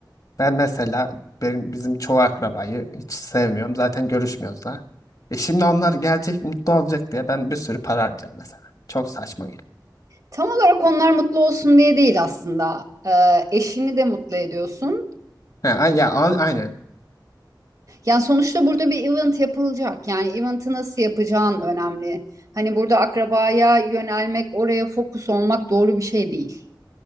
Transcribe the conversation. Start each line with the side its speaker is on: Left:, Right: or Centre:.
Left: Ben mesela benim, bizim çoğu akrabayı hiç sevmiyorum. Zaten görüşmüyoruz da. E şimdi onlar gelecek mutlu olacak diye ben bir sürü para harcayacağım mesela. Çok saçma geliyor.
Right: Tam olarak onlar mutlu olsun diye değil aslında. Ee, eşini de mutlu ediyorsun.
Left: Ha, a- ya a- aynen.
Right: Yani sonuçta burada bir event yapılacak. Yani event'i nasıl yapacağın önemli. Hani burada akrabaya yönelmek, oraya fokus olmak doğru bir şey değil.